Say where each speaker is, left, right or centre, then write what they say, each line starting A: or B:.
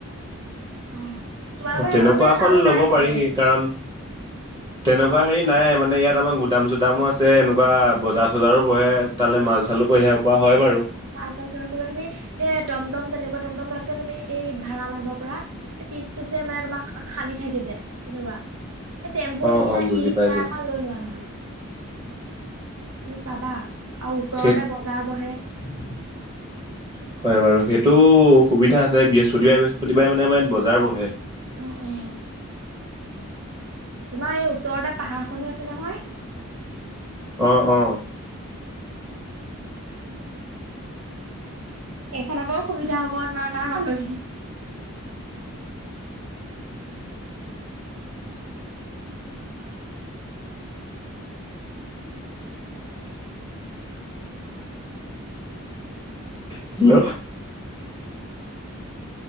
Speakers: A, on the right (about 75°); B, on the right (about 20°).
A: উম তোমালোকৰ
B: অ' তেনেকুৱা
A: সেইখনত চাগে
B: এখন
A: কাৰো
B: ল'ব
A: নাই চাগে
B: পাৰি
A: তেনেকুৱা।
B: কাৰণ তেনেকুৱা হেৰি নাই মানে ইয়াত তাত আমাৰ গুদাম চুদামো আছে এনেকুৱা বজাৰ চজাৰো বহে তালৈ মাল চালো কঢ়িয়াব পৰা হয় বাৰু।
A: পাল চাল ক পিবা তুমি সেই টমটম তেনেকুৱা টমটম লোৱাতকে তুমি এই ভাড়া মাৰিব পৰা এই পিচটো যে মানে তোমাক খালি থাকে যে তেনেকুৱা। এই টেম্পু
B: অ
A: নিচিনা
B: অ বুজি
A: ই ৰিক্সা
B: পাইছো
A: এখন লৈ লোৱা নহ'লে। তুমি পাবা আৰু ওচৰতে
B: সেই
A: বজাৰ বহে।
B: <inaudible> হয় বাৰু সেইটো সুবিধা আছে বৃহস্পতিবাৰে বৃহস্পতিবাৰে মানে, মানে ইয়াত বজাৰ বহে।
A: অ', অ'। তোমাৰ এই ওচৰতে পাহাৰ খনো আছে নহয়।
B: অ', অহ।
A: এইখনৰ পৰা সুবিধা হ'ব তোমাৰ তাৰ মানুহখিনি
B: হেল্ল'।